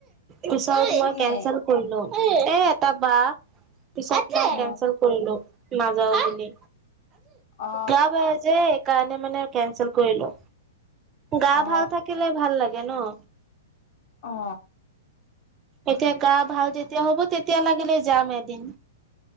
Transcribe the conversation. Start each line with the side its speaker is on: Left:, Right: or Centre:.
Right: পিছত মই
Left: কোনে
Right: কেনচেল কৰিলো, এ, এটা বা পিছে কিয়
Left: অ
Right: কেনচেল কৰিলোঁ নাযাওঁ বুলি।
Left: অ
Right: গা বেয়া যে, এইকাৰণে মানে কেনচেল কৰিলোঁ। গা
Left: অ
Right: ভাল থাকিলে ভাল লাগে ন?
Left: অ
Right: এতিয়া গা ভাল যেতিয়া হ'ব, তেতিয়া লাগিলে যাম এদিন।